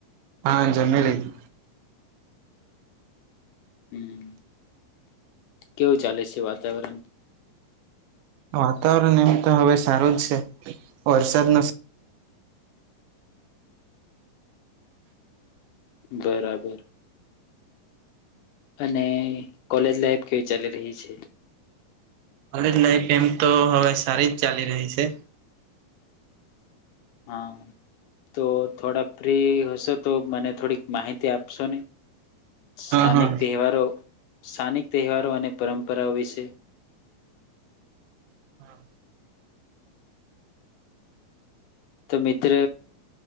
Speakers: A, on the right; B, on the left.
A: હા જમ મે્યા લઈ છે.
B: હમ્મ. કેવું ચાલે છે વાતાવરણ?
A: વાતાવરણ એમ તો હવે સારું જ છે. વરસાદ નો
B: બરાબર. અને કોલેજ લાઈફ કેવી ચાલી રહી છે?
A: કોલેજ લાઈફ એમ તો હવે સારી જ ચાલી રહી છે.
B: હા. તો થોડા ફ્રી હશો તો મને થોડીક માહિતી આપશો ને. સ્થાનિક
A: હા હા
B: તહેવારો સ્થાનિક તહેવારો-સ્થાનિકો તહેવારો અને પરંપરાઓ વિશે.
A: હા.
B: તો મિત્ર